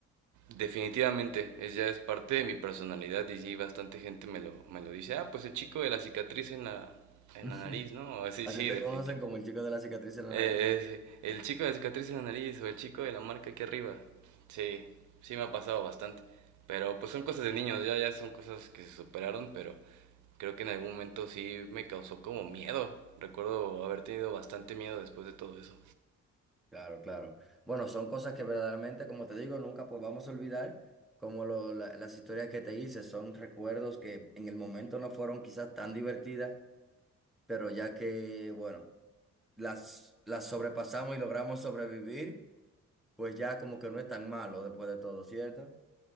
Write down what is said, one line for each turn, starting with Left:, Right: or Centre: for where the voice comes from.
Right: Definitivamente, es ya es parte de mi personalidad y sí, bastante gente me lo, me lo dice, ah, pues el chico de la cicatriz en la, en
Centre: <laughs>
Right: la nariz, ¿no? Así,
Centre: Así
Right: sí,
Centre: te
Right: definitivamente.
Centre: conocen como el chico de la cicatriz en la
Right: Eh,
Centre: nariz.
Right: eh, el chico de la cicatriz en la nariz o el chico de la marca aquí arriba. Sí, sí me ha pasado bastante. Pero pues son cosas de niños, ya, ya son cosas que se superaron, pero creo que en algún momento sí me causó como miedo. Recuerdo haber tenido bastante miedo después de todo eso.
Centre: Claro, claro. Bueno, son cosas que verdaderamente, como te digo, nunca pues vamos a olvidar, como lo- la- las historias que te hice, son recuerdos que en el momento no fueron quizás tan divertidas, pero ya que, bueno, las, las sobrepasamos y logramos sobrevivir, pues ya como que no es tan malo después de todo, ¿cierto?